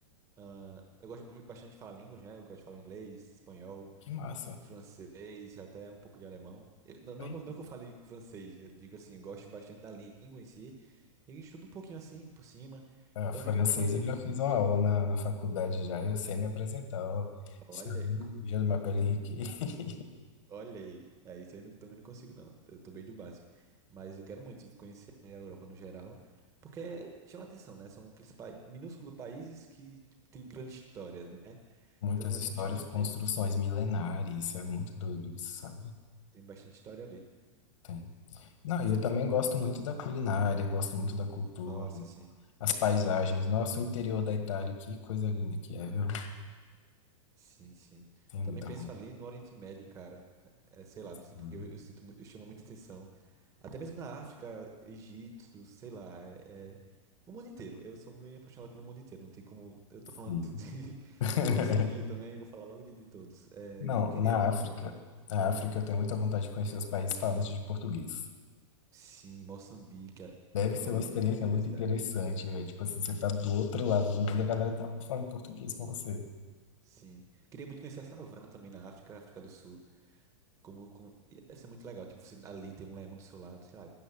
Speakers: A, on the right; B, on the left.
A: Ah, eu gosto bu- bastante de falar línguas, né? Eu gosto de falar inglês, espanhol.
B: Que massa.
A: francês, até um pouco de alemão. Eu- não, não,
B: Aí,
A: não não que eu fale francês, eu digo assim, eu gosto bastante da língua em si e estudo um pouquinho assim por cima,
B: A
A: então
B: francesa
A: eu gosto muito.
B: eu já fiz uma aula na, na faculdade já, eu sei me apresentar. ó.
A: Olha,
B: Salut,
A: aí, co-
B: Je m'appelle Henrique. <laughs>
A: olha aí, é, isso aí eu não- também não consigo não, eu tô bem do básico, mas eu quero muito conhecer a Europa no geral, porque chama atenção, né? São aqueles pa... minúsculos países que tipo, têm grande história, né?
B: Muitas
A: Então é
B: histórias,
A: muito chamativo.
B: construções milenares, isso
A: Isso.
B: é muito doido, isso, sabe?
A: Tem bastante história ali.
B: Tem. Não, eu
A: Você...
B: também gosto muito da culinária, eu gosto muito da cultura,
A: Nossa, assim.
B: as paisagens. Nossa, o interior da Itália, que coisa linda que é, viu?
A: Sim, sim.
B: Tem
A: Também
B: muita
A: penso ali no Oriente Médio, cara. É, sei lá, não sei
B: vontade.
A: porque eu, eu sinto, mu- eu chamo muita atenção. Até mesmo na África, Egito, sei lá, é, é- o mundo inteiro. Eu sou bem apaixonado pelo mundo inteiro. Não tem como. Eu tô falando
B: Sim.
A: de
B: <laughs>
A: <laughs> Oceania também, vou falar logo de, de todos. É,
B: Não,
A: queria
B: na
A: muito
B: África,
A: viajar.
B: na África eu tenho muita vontade de conhecer os países falantes de português.
A: Sim, Moçambique,
B: Deve
A: Angola,
B: ser uma experiência
A: tenho curiosidade.
B: muito interessante, velho. Tipo assim, você tá do outro lado do mundo a galera tá falando português com você.
A: Sim. Queria muito conhecer a savana também na África, África do Sul. Como, como... e Deve ser muito legal. Tipo, você ali tem um leão do seu lado, sei lá,